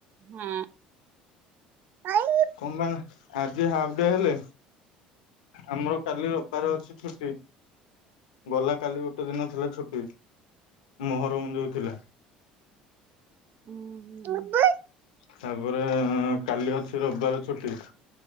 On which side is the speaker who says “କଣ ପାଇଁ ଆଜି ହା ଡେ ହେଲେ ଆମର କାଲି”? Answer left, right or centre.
Left